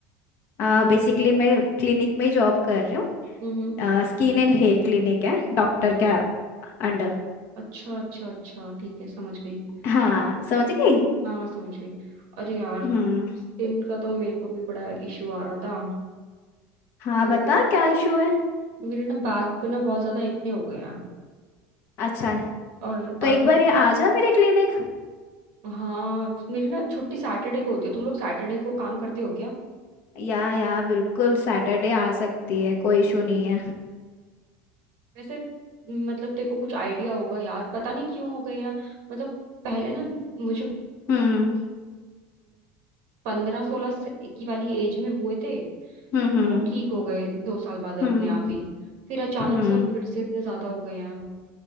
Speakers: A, on the left; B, on the right.
A: आ, बेसिकली मैं क्लिनिक में जॉब कर रही
B: हम्म
A: हूँ स्किन एंड हेयर क्लिनिक है डॉक्टर के अंडर
B: अच्छा अच्छा अच्छा ठीक है समझ गई
A: हाँ समझ गई
B: हाँ समझ गई अरे यार
A: हम्म
B: स्किन का तो मेरे को भी बड़ा इशू आ रहा था
A: हाँ
B: तो
A: बता क्या इशू है
B: मेरे ना बैक पे ना बहुत ज्यादा एक्ने हो गए हैं
A: अच्छा
B: और
A: तो
B: अभी
A: एक बार ये आ जा मेरे क्लिनिक
B: हाँ मेरी ना छुट्टी सैटरडे को होती है तुम लोग सैटरडे को काम करते हो क्या
A: या या बिल्कुल सैटरडे आ सकती है कोई इशू नहीं है
B: वैसे मतलब तेरे को कुछ आइडिया होगा यार पता नहीं क्यों हो गए यार मतलब पहले ना मुझे
A: हम्म
B: पंद्रह सोलह की वाली एज में हुए थे
A: हम्म
B: फिर
A: हम्म
B: वो ठीक हो गए दो साल बाद अपने
A: हम्म
B: आप ही फिर अचानक
A: हम्म।
B: से अब फिर से इतने ज्यादा हो गए हैं